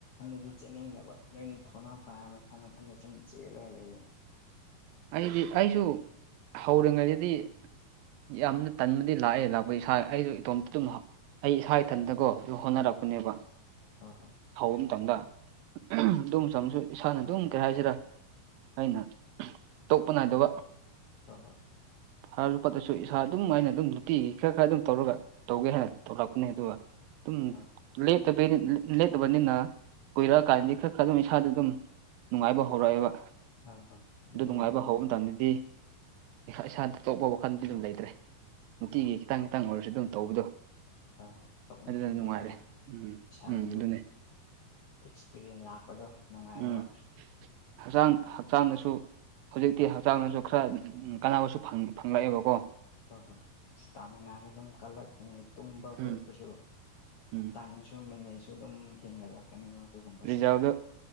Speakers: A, on the left; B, on the right.
A: ꯗꯤ ꯆꯦꯟꯠꯅꯤꯡꯗꯕ ꯅꯣꯏꯗꯤ ꯊꯧꯅꯥ ꯐꯥꯏꯔ ꯃꯊꯪ ꯃꯊꯟꯇ ꯁꯨꯝ ꯆꯦꯜꯂꯒ ꯂꯩꯔꯤꯅꯦ
B: ꯑꯩꯗꯤ ꯑꯩꯁꯨ ꯍꯧꯔꯤꯉꯩꯗꯗꯤꯅ ꯌꯥꯝꯅ ꯇꯟꯕꯗꯤ ꯂꯥꯛꯑꯦ ꯂꯥꯛꯄ ꯏꯁꯥ ꯑꯩꯁꯨꯅ ꯏꯇꯣꯝꯇꯇꯣ ꯑꯩ ꯏꯁꯥ ꯏꯊꯟꯗꯀꯣ ꯑꯗꯨ ꯍꯣꯠꯅꯔꯛꯄꯅꯦꯕ
A: ꯑ ꯍ
B: ꯍꯧꯕ ꯃꯇꯝꯗ ꯑꯗꯨꯝ ꯆꯪꯁꯨ ꯏꯁꯥꯅ ꯑꯗꯨꯝ ꯀꯩ ꯍꯥꯏꯁꯤꯔ ꯑꯩꯅ ꯇꯣꯛꯄ ꯅꯥꯏꯗꯕ
A: ꯍ ꯍ
B: ꯐ ꯄꯠꯇꯁꯨ ꯏꯁꯥ ꯑꯗꯨꯝ ꯑꯩꯅ ꯑꯗꯨꯝ ꯅꯨꯡꯇꯤꯒꯤ ꯈꯔ ꯈꯔ ꯑꯗꯨꯝ ꯇꯧꯔꯒ ꯇꯧꯒꯦ ꯍꯥꯏꯅ ꯇꯧꯔꯛꯄꯅꯦ ꯑꯗꯨꯒ ꯑꯗꯨꯝꯦꯞꯇꯕ
A: ꯍꯣꯏ
B: ꯂꯦꯞꯇꯕꯅꯤꯅ ꯀꯨꯏꯔꯛꯑꯀꯥꯟꯗꯤ ꯈꯔ ꯈꯔ ꯑꯗꯨꯝ ꯏꯁꯥꯗ ꯑꯗꯨꯝ ꯅꯨꯡꯉꯥꯏꯕ ꯍꯧꯔꯛꯑꯦꯕ
A: ꯍꯣꯏ ꯍꯣꯏ
B: ꯑꯗꯨ ꯅꯨꯡꯉꯥꯏꯕ
A: ꯑꯣꯏꯒꯅꯤ
B: ꯍꯧꯕ ꯃꯇꯝꯗꯗꯤ ꯏꯁꯥꯗ ꯇꯣꯛꯞꯄ ꯋꯥꯈꯜꯗꯤ ꯑꯗꯨꯝ ꯂꯩꯇ꯭ꯔꯦ ꯅꯨꯡꯇꯤꯒꯤ
A: ꯍꯣꯏ
B: ꯈꯤꯇꯪ ꯈꯤꯇꯪ ꯑꯣꯏꯔꯁꯨ ꯑꯗꯨꯝ ꯇꯧꯕꯗꯣ
A: ꯍꯣꯏ ꯍꯣꯏ ꯇꯣꯛꯅꯤꯡꯗ꯭ꯔꯦꯕ
B: ꯑꯗꯨꯅ ꯅꯨꯡꯉꯥꯏꯔꯦ
A: ꯍꯣꯏ
B: ꯎꯝ
A: ꯏꯁꯥꯒꯤ
B: ꯎꯝ ꯑꯗꯨꯅꯦ
A: ꯑꯦꯛꯁꯄꯤꯔꯤꯌꯦꯦꯟꯟ ꯂꯥꯛꯄꯗꯣ ꯅꯨꯡꯉꯥꯏꯋ
B: ꯎꯝ ꯍꯛꯆꯥꯡ ꯍꯛꯆꯥꯡꯗꯁꯨ ꯍꯧꯖꯤꯛꯇꯤ
A: ꯍꯣꯏ
B: ꯍꯛꯆꯥꯡꯗꯁꯨ ꯈꯔ ꯀꯥꯟꯅꯕꯁꯨ ꯐꯪ ꯐꯪ ꯂꯕ ꯀꯣ
A: ꯍꯣꯏ ꯍꯣꯏ ꯏꯁꯇꯥꯃꯤꯅꯥꯁꯨ ꯑꯗꯨꯝ ꯀꯜꯂꯛꯀꯅꯤ ꯇꯨꯝꯕ
B: ꯎꯝ
A: ꯈꯣꯠꯄꯁꯨ
B: ꯎꯝ
A: ꯇꯥꯏꯝꯁꯨ ꯃꯅꯦꯁꯨ ꯑꯗꯨꯝ ꯍꯒꯂ ꯀꯩꯅꯣ ꯇꯒꯨꯝ
B: ꯔꯤꯖꯥꯕꯗ